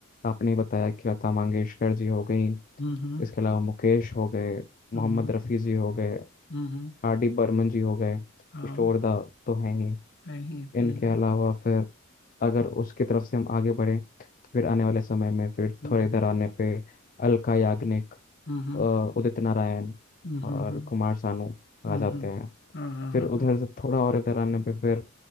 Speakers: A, on the left (about 40°); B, on the left (about 55°).
A: आपने बताया कि लता मंगेशकर जी हो गई
B: हम्म हम्म
A: इसके अलावा मुकेश हो गए मोहम्मद
B: हम्म
A: रफ़ी जी हो गए
B: हम्म हम्म,
A: आर डी बर्मन जी हो गए किशोर
B: हाँ
A: दा तो हैं ही
B: है ही हम्म
A: इनके अलावा फिर अगर उसकी तरफ से हम आगे बढ़ें तो फिर आने वाले समय में फिर
B: हम्म
A: थोड़े इधर आने पे अलका याग्निक
B: हम्म हम्म हम्म
A: अ, उदित नारायण
B: हम्म, हम्म,
A: और कुमार सानू आ
B: हुँ,
A: जाते
B: हुँ।
A: हैं
B: हाँ, हाँ,
A: फिर
B: हाँ,
A: उधर
B: हाँ।
A: से थोड़ा और इधर आने पे फिर अ,